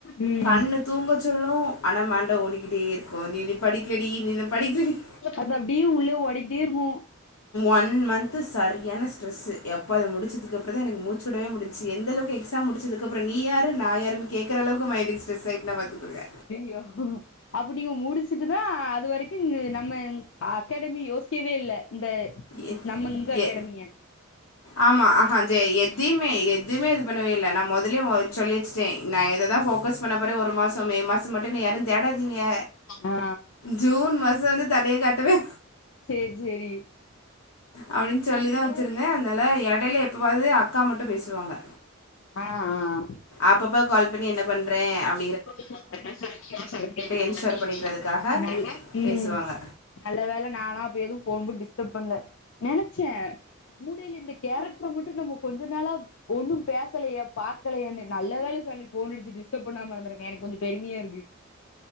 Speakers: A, on the left; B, on the left.
A: ம்
B: கண்ணு தூங்கச் சொல்லு ஆனா மண்ட ஓடிகிட்டே இருக்கு நீ இனி படிக்கலடி நீ படிக்கலடி
A: அது அப்டியே உள்ள ஓடிகிட்டே இருக்கு
B: ஒன் மன்த்து சரியான ஸ்ட்ரெஸ்ஸு எப்ப அத முடிச்சதுக்கப்புற தா எனக்கு மூச்சுடவே முடிஞ் ச்சு எந்தளவுக்கு எக்ஸாம் முடிச்சதுக்கப்ற நீ யாரு நா யாருன் கேக்கற அளவுக்கு மைண்டுக்கு ஸ்ரெஸ் ஆயிட்னா பாத்துகோங்க
A: ஒ ஹ அப் அப்ப நீங்க முடிச்சுட்டு தா அது வரைக்கு நம்ம அகாடமி யோசிக்கவே இல்ல இந்த
B: எ
A: நம்ம இங்க அகாடமிய
B: எ ஆமா ஆஹா ஜ எதைமே எதுமே பண்ணவே இல்ல நா மொதலியே ஒ சொல்லி வச்ட்டே நா இததா போகஸ் பண்ண போற ஒரு மாசோ மே மாச மட்டு என்ன யாரு தேட டாதிங்க
A: ஆ
B: ஜூன் மாசோ வந்து தலைய காட்டுவே
A: சேர் சேரி
B: அப்டின்னு சொல்லிதா
A: ஆ நீங்க
B: வச்சிருந்தே அதனால எடையில எப்பவாது அக்கா மட்டு பேசு வாங்க
A: ஆ ஆ
B: அப்பப்ப கால் பண்ணி என்ன பண்றே அப்
A: <unintelligible>
B: என்ஷூர் பண்ணிக்கிறதுக்காக
A: ன்னாதுபா ஹும்
B: பேசுவாங்க
A: நல்ல வேல நாளா அப்ப எதுவு போன்போட் டிஸ் டஃப்ன்ல நினைச்சே முடில இந்த கேரக்டர மட்டு நம்மோ கொஞ்ச நாளா ஒன்னு பேசலயே பாக்கலயேன்னு நல்ல வேல சொல்லி போன் அடிச்சு டிஸ்டர்ப் பண்ணாம இருந்தருக் எனக்கு கொஞ்ச பெருமையா இருக்கு